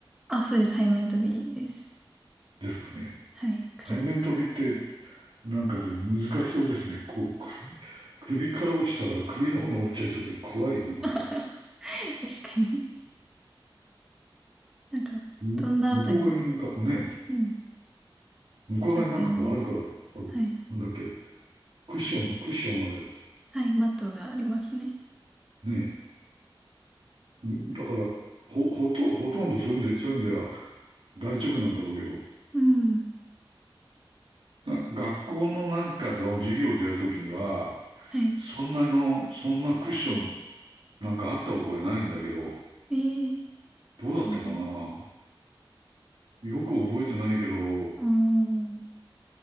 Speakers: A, in the centre; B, on the right.
A: あ、そうです。背面飛びです。
B: ですかね。
A: はい。くるってやるやつ。
B: 背面飛びって、なんかで難しそうですね。こう、首、首から落ちたら首の骨折っちゃいそうで怖いな、なんか。
A: <laughs> 確かに <laughs> なんか、
B: <laughs> む向こう側になんかね、
A: 飛んだ後に、うん。
B: 向こう側になんかこうあるから、
A: ちょっとやらないと。
B: あのなんだっけ、
A: はい。
B: クッション、クッションあれ、
A: はい。マットがありますね。
B: ねえ、だから、ほ、ほと、ほとんどそういうんで、そういう意味では大丈夫なんだろうけど、
A: うん。
B: な学校のなんかの授業でやるときには、
A: はい。
B: そんなの、そんなクッションなんかあった覚えないんだけど、
A: ええ
B: どうだったかな
A: そうだ。
B: よく覚えてないけど、
A: うーん。